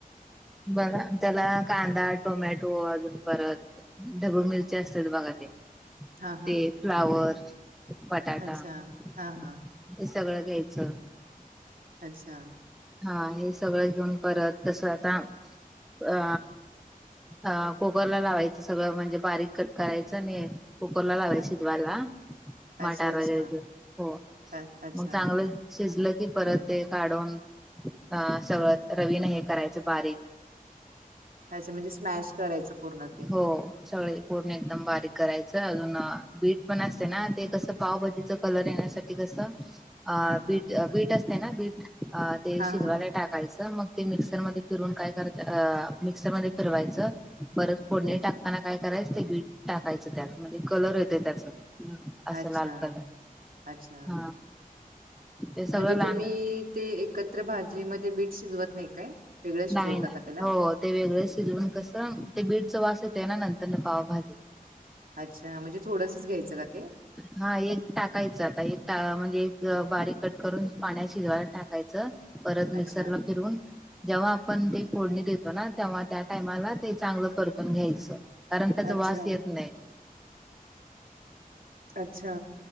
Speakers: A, in the centre; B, on the right.
A: बघा त्याला कांदा, टोमॅटो अजून परत ढबु मिरची असतात बघा ते.
B: हा हा
A: ते फ्लावर, बटाटा
B: अच्छा
A: हे
B: हा हा
A: सगळं घ्यायचं.
B: अच्छा
A: हा हे सगळं घेऊन परत कसं आता अ अ कुकर लावायच सगळ. म्हणजे बारीक कट करायचं. आणि कुकरला लावायच
B: अ-
A: शिजवायला.
B: <inaudible>
A: मटार
B: अच्छा
A: वगैरे घेऊ. हो
B: अ- अच्छा
A: मग चांगलं शिजलं की परत ते काढून अ सगळं रवीन हे करायचं बारीक.
B: अच्छा म्हणजे स्मॅश करायचं पूर्ण ते
A: हो सगळे पूर्ण एकदम बारीक करायचं. अजून बीट पण असते ना ते कसं पावभाजीच कलर येण्यासाठी ते कस
B: हा हा
A: बीट
B: हा
A: बीट असते ना बीट. ते
B: हा
A: शिजवायला
B: हा
A: टाकायच. मग ते मिक्सर मध्ये फिरून काय करायचं मिक्सर मध्ये फिरवायचं. परत फोडणी टाकताना काय करायचं ते गी टाकायचं त्यात म्हणजे कलर येतं त्याचं असा
B: अच्छा
A: लाल कलर
B: अच्छा
A: हा. ते सगळं
B: म्हणजे
A: लहान
B: तुम्ही ते एकत्र भाजीमध्ये बीट शिजवत नाही काय? वेगळं शिजवता
A: नाही नाही
B: का त्याला?
A: हो ते वेगळेच शिजवून कसं ते बीटचा वास होेत ना नंतर न पावा भाजेत.
B: अच्छा म्हणजे थोडंसच घ्यायचं का ते
A: हा एक टाकायचं आता एक म्हणजे एक बारीक कट करून पाण्या शिजवायला टाकायचं. परत
B: अच्छा
A: मिक्सरला फिरून. जेव्हा आपण ते फोडणी देतो ना तेव्हा त्या टायमाला ते चांगलं परतून घ्यायचं. कारण त्याचा
B: अच्छा
A: वास येत नाही.
B: अच्छा.